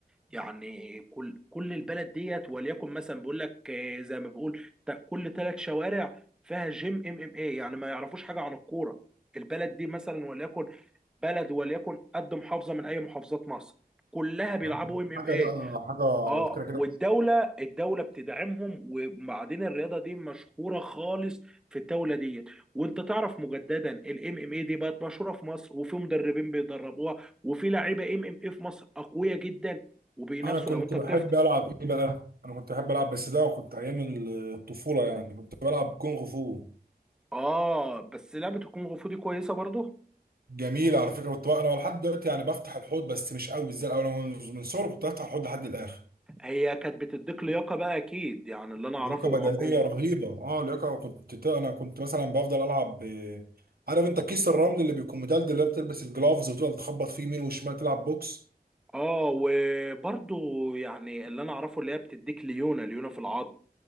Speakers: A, in the centre; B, on the right.
A: يعني كل كل البلد ديت وليكن مثلا بيقول لك آه، زي ما بقول تا- كل ثلاث شوارع فيها جيم ام ام ايه يعني ما يعرفوش حاجه عن الكوره البلد دي مثلا وليكن بلد وليكن قد محافظه من اي محافظات مصر كلها بيلعبوا
B: لا،
A: ام ام
B: حاجة بقى حاجة على
A: اه
B: فكرة كده
A: والدولة الدولة بتدعمهم وبعدين الرياضة دي مشهورة خالص في الدولة ديت وانت تعرف مجددا الام ام اي دي بقت مشهورة في مصر وفي مدربين بيدربوها وفي لعيبة ام ام اي في مصر اقوياء جدا وبينافسوا
B: أنا كنت
A: لو انت
B: بحب
A: بتفتح
B: ألعب إيه بقى؟ أنا كنت بحب ألعب بس ده كنت أيام الطفولة يعني كنت بلعب كونغ فو
A: اه بس لعبة الكونغ فو دي كويسة برضه
B: جميل على فكرة كنت بقى أنا لحد دلوقتي يعني بفتح الحوض بس مش قوي زي الأول أنا من من صغري كنت بفتح الحوض لحد الآخر
A: هي كانت بتديك لياقة بقى اكيد يعني اللي انا اعرفه
B: لياقه بدنيه
A: هو الكونغ فو.
B: رهيبه اه لياقه كنت ت- انا كنت مثلا بفضل العب ب- عارف انت كيس الرمل اللي بيكون مدلدل اللي بتلبس الجلافز وتفضل تخبط فيه يمين وشمال تلعب بوكس
A: اه وبرضه يعني اللي انا اعرفه اللي هي بتديك ليونة ليونة في العظم